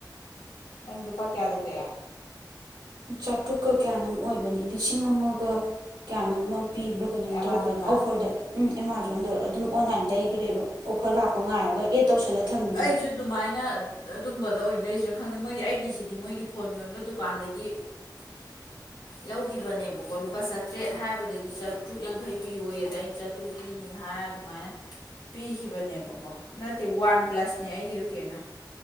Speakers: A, on the left (about 75°); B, on the right (about 80°).
A: ꯅꯪ ꯂꯨꯄꯥ ꯀꯌꯥꯗ ꯀ
B: ꯆꯥꯇ꯭ꯔꯨꯛꯀ ꯀꯌꯥꯅꯣꯝ ꯑꯣꯏꯕꯅꯤ ꯂꯤꯁꯤꯡ ꯑꯃꯒ ꯀꯌꯥꯅꯣꯝ ꯑꯃ ꯄꯤꯕ꯭ꯔꯥ ꯀꯩꯅꯣꯝ
A: ꯑꯦꯃꯥꯖꯣꯟꯗ
B: ꯇꯧꯕꯅꯤ ꯑꯣꯐꯔꯗ ꯎꯝ ꯑꯦꯃꯥꯖꯣꯟꯗ ꯑꯗꯨꯝ ꯑꯣꯟꯂꯥꯏꯟ ꯂꯩꯈ꯭ꯔꯦꯕ ꯑꯣꯐꯔ ꯂꯥꯛꯄ ꯉꯥꯏꯔꯒ ꯑꯦꯠ ꯇꯧꯁꯤꯜꯂ ꯊꯝꯕꯤꯗꯣ
A: ꯑꯩꯁꯨ ꯑꯗꯨꯃꯥꯏꯅ ꯑꯗꯨꯝꯕꯗ ꯑꯣꯏꯅ ꯂꯩꯁꯤꯔꯥ ꯈꯪꯗꯦ ꯃꯣꯏꯗꯤ ꯑꯩꯒꯤꯁꯤꯗꯤ ꯃꯣꯏꯒꯤ ꯐꯣꯟ ꯌꯣꯟꯕ ꯗꯨꯀꯥꯟꯗꯒꯤ
B: <inaudible>
A: ꯂꯧꯈꯤꯕꯅꯦꯕꯀꯣ ꯂꯨꯄꯥ ꯆꯥꯇ꯭ꯔꯦꯠ ꯍꯥꯏꯕꯗꯒꯤ ꯆꯥꯇ꯭ꯔꯨꯛ ꯌꯥꯡꯈꯩ ꯄꯤꯌꯣꯏ ꯑꯗ ꯑꯩꯅ ꯆꯥꯇ꯭ꯔꯨꯛ ꯄꯤꯅꯤ ꯍꯥꯏꯔ ꯑꯗꯨꯃꯥꯏꯅ ꯄꯤꯈꯤꯕꯅꯦꯕꯀꯣ ꯅꯠꯇꯦ ꯋꯥꯟ ꯄ꯭ꯂꯁꯅꯦ ꯑꯩꯒꯤꯗꯨꯣ ꯀꯦꯅ